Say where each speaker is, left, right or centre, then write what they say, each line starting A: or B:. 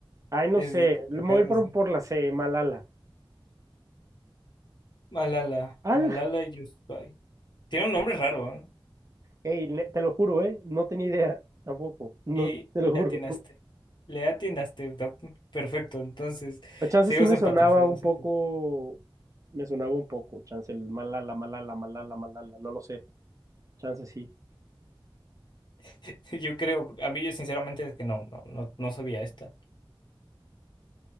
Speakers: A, on the right (about 35°); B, on the left (about 55°).
A: Ay, no
B: Es
A: sé,
B: complicado,
A: me voy a ir por,
B: sí.
A: por la C, Malala.
B: Malala,
A: ¡Al!
B: Malala Yousafzai. Tiene un nombre raro, ¿eh?
A: Ey, ne- te lo juro, ¿eh? No tenía idea tampoco, no,
B: Y
A: te
B: le
A: lo juro.
B: atinaste.
A: <laughs>
B: Le atinaste, está perfecto. Entonces,
A: A chance
B: seguimos
A: sí me
B: empate,
A: sonaba
B: seguimos
A: un poco,
B: empate.
A: me sonaba un poco, chance el Malala, Malala, Malala, Malala, no lo sé, chance sí.
B: <laughs> Yo creo, a mí yo sinceramente es que no, no, no, no sabía esta.